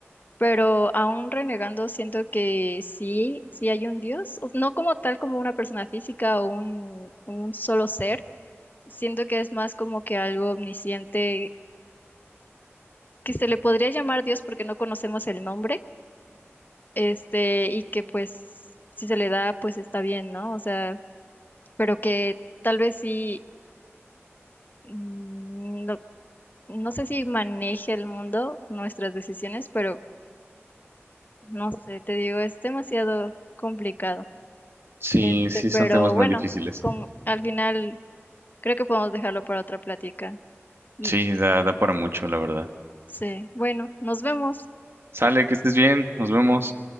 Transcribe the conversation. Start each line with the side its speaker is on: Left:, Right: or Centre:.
Left: Pero aún renegando, siento que sí, sí hay un Dios, o- no como tal como una persona física o un, un solo ser, siento que es más como que algo omnisciente, que se le podría llamar Dios porque no conocemos el nombre, este, y que pues si se le da, pues está bien, ¿no? O sea, pero que tal vez sí, mm, no, no sé si maneje el mundo, nuestras decisiones, pero no sé, te digo, es demasiado complicado.
Right: Sí,
Left: Este,
Right: sí, son
Left: pero
Right: temas
Left: bueno,
Right: muy difíciles.
Left: con, al final creo que podemos dejarlo para otra plática. Mm,
Right: Sí, da, da para mucho, la verdad.
Left: Sí, bueno, nos vemos.
Right: Sale,
Left: Ah,
Right: que estés bien, nos vemos.